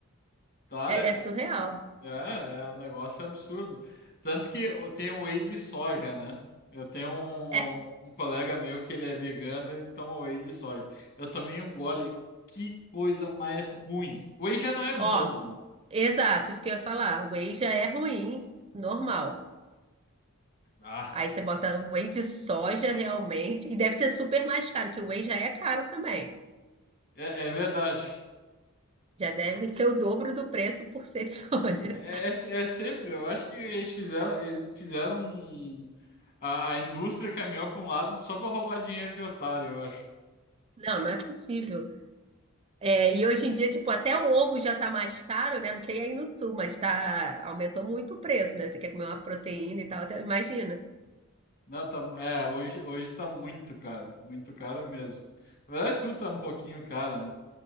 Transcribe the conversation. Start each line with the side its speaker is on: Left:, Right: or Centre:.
Left: claro.
Right: É, é surreal.
Left: É, é um negócio absurdo. Tanto que eu tenho whey de soja, né? Eu tenho um,
Right: É,
Left: um um colega meu que ele é vegano, ele toma whey de soja. Eu tomei um gole, que coisa mais ruim. Whey já não é bom,
Right: ó,
Left: né?
Right: exato, isso que eu ia falar. O whey já é ruim, normal.
Left: Ah,
Right: Aí você bota o whey de soja realmente, e deve ser super mais caro, que o whey já é caro também.
Left: é, é verdade.
Right: Já deve ser o dobro do preço por ser de <laughs> soja.
Left: É, é, é sempre, eu acho que eles fizeram, eles fizeram um, a, a indústria caminhou para um lado só para roubar dinheiro de otário, eu acho.
Right: Não, não é possível. É, e hoje em dia, tipo, até o ovo já tá mais caro, né? Não sei aí no sul, mas tá, aumentou muito o preço, né? Você quer comer uma proteína e tal, até- imagina.
Left: Não, tá, é, hoje, hoje tá muito caro, muito caro mesmo. Na verdade, tudo tá um pouquinho caro, né?